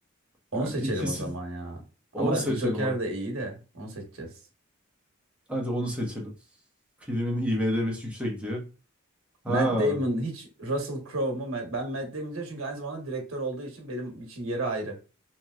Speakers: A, on the right; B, in the centre.
A: Onu
B: Yani
A: seçelim
B: ikisi
A: o zaman ya. Ama
B: onu seçelim
A: Joker
B: hadi.
A: de iyi de onu seçeceğiz.
B: Hadi onu seçelim. Filmin IMDb'si yüksek diye. Ha.
A: Matt Damon hiç Russell Crowe mu? Ma- Ben Matt Damon diyeceğim çünkü aynı zamanda direktör olduğu için benim için yeri ayrı.